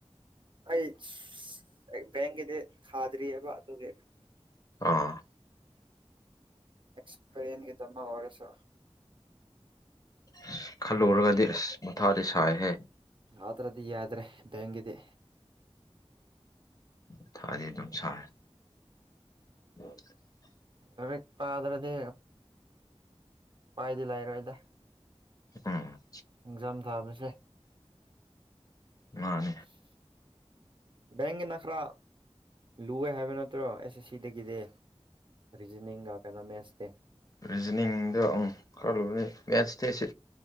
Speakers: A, on the right (about 50°); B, on the left (about 35°).
A: ꯑꯩꯠꯁ ꯑꯩ ꯕꯦꯡꯒꯤꯗꯤ ꯊꯥꯗ꯭ꯔꯤꯑꯕ ꯑꯗꯨꯒꯤ
B: ꯑꯥ
A: ꯑꯦꯛꯁꯄꯔꯤꯌꯦꯟꯁꯒꯤ ꯇꯝꯕ ꯑꯣꯏꯔꯁꯨ
B: ꯑꯁ ꯈꯜꯂꯨꯔꯒꯗꯤ ꯑꯁ ꯃꯊꯥꯗꯤ ꯁꯥꯏꯍꯦ
A: ꯊꯥꯗꯔꯗꯤ ꯌꯥꯗ꯭ꯔꯦ ꯕꯦꯡꯒꯤꯗꯤ
B: ꯃꯊꯥꯗꯤ ꯑꯗꯨꯝ ꯁꯥꯏ <unintelligible>
A: ꯂꯥꯏꯔꯤꯛ ꯄꯥꯗ꯭ꯔꯗꯤ ꯎꯄꯥꯏꯗꯤ ꯂꯩꯔꯣꯏꯗ
B: ꯎꯝ
A: ꯑꯦꯛꯖꯥꯝ ꯊꯥꯕꯥꯁꯦ
B: ꯃꯥꯅꯦ
A: <inaudible> ꯕꯦꯡꯒꯤꯅ ꯈꯔ ꯂꯨꯋꯦ ꯍꯥꯏꯕ ꯅꯠꯇ꯭ꯔꯣ ꯑꯦꯁ ꯑꯦꯁ ꯁꯤꯗꯒꯤꯗꯤ ꯔꯤꯖꯅꯤꯡ ꯒ ꯀꯩꯅꯣ ꯃꯦꯁꯇꯤ
B: ꯔꯤꯖꯅꯤꯡꯗꯣ ꯑꯑꯪ ꯈꯔ ꯂꯨꯕꯅꯤ ꯃꯦꯠꯁꯇꯤ ꯁꯤ